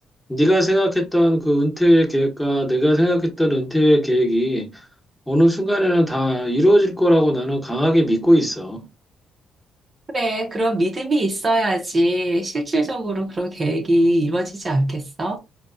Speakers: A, in the centre; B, on the right (about 35°).
A: 네가 생각했던 그 은퇴 후의 계획과 내가 생각했던 은퇴 후의 계획이 어느 순간에는 다 이루어질 거라고 나는 강하게 믿고 있어.
B: 그래, 그런 믿음이 있어야지 실질적으로 그런 계획이 이루어지지 않겠어?